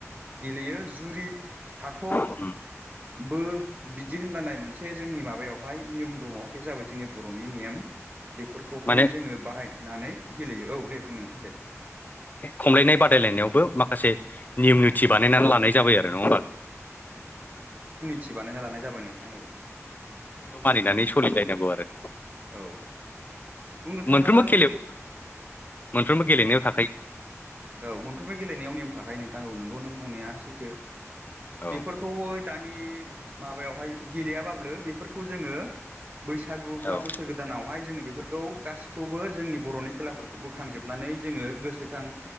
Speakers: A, on the right; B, on the left.
A: गेलेयो जुरि थाथ'
B: उम
A: बो बिदि होनना नाय मोन से जोंनि माबायावहाय नियम दङ बे जाबाय जोंनि बर'नि नियम बेफोरखौहाय
B: माने
A: जोङो बाहाय नानै गेलेयो औ दे बुं नोंथां दे
B: खमलायनाय बादायलायनायावबो माखासे नियम निथि बानायनानै लानाय जाबाय आरो नङा होमबा
A: थि बानायना लानाय जाबाय नोंथां औ
B: दा बेखौ मानिनानै सलिलायनांगौ आरो
A: औ बुंनो थाङोब्ला
B: मोनफ्रोमबो खेलायाव
A: बेफो
B: मोनफ्रोमबो गेलेनायाव थाखायो
A: औ मोनफ्रोमबो गेलेनायाव नियम थाखायो नोंथां नोंगौ नों बुंनाया सैथो
B: औ
A: बेफोरखौ दानि माबायावहाय गेलेयाब्लाबो बेफोरखौ जोङो बैसागु बा
B: औ
A: बोसोर गोदानावहाय जोङो बेफोरखौ गासिखौबो जोंनि बर'नि खेलाफोरखौ बोखांजोबनानै जोङो गोसोखां